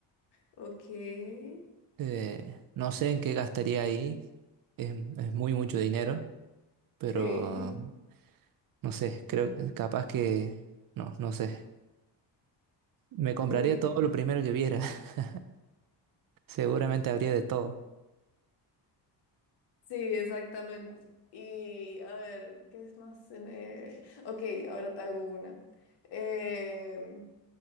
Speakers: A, on the left; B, on the right.
A: Ok, sí,
B: Eh, no sé en qué gastaría ahí. Es, es muy mucho dinero, pero
A: <laughs>
B: no sé, creo eh, capaz que no, no sé. Me compraría
A: sí,
B: todo lo primero que viera. <laughs> Seguramente habría de todo.
A: sí, exactamente. Y a ver, ¿qué es más? se me- Ok, ahora te hago una. Em,